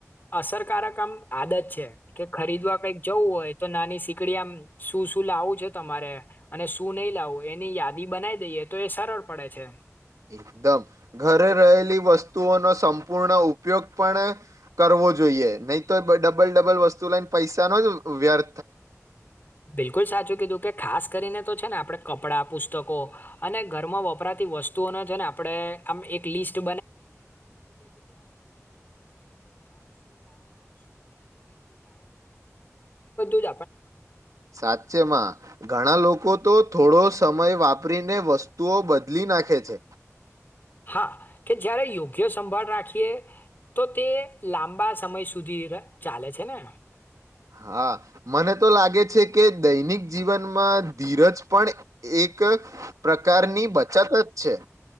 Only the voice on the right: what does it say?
એકદમ ઘરે રહેલી વસ્તુઓનો સંપૂર્ણ ઉપયોગ પણ કરવો જોઈએ, નઈ તો ડબલ ડબલ વસ્તુ લઈને પૈસાનો જ વ્યર્
સાચે માં ઘણા લોકો તો થોડો સમય વાપરીને વસ્તુઓ બદલી નાખે છે.
હા મને તો લાગે છે કે દૈનિક જીવનમાં ધીરજ પણ એક પ્રકારની બચત છે.